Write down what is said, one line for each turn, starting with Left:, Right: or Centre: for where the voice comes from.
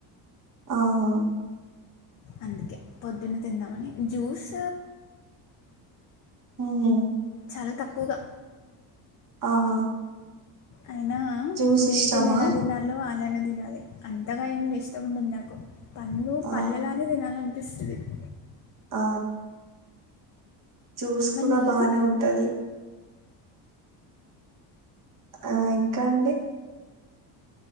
Right: అహా
Left: అందుకే పొద్దున్న తిందామని జ్యూస్
Right: హు మ్మ్
Left: చాలా తక్కువగా
Right: ఆహా
Left: అయినా
Right: జ్యూస్
Left: వీటిని
Right: ఇష్టమా
Left: నెల తినాలో అలానే తినాలి అంతగా ఏం ఇష్టం ఉండదు నాకు పండ్లు
Right: ఆ
Left: పల్లనే తినాలన్ స్లిప్
Right: అ జ్యూస్
Left: మరి
Right: కూడా
Left: నీకు
Right: బానే ఉంటది ఆ ఇంకా అండి